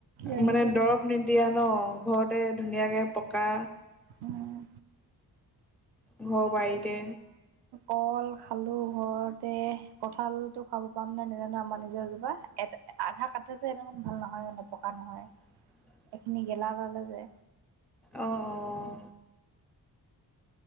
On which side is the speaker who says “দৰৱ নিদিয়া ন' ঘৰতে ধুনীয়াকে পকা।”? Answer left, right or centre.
Centre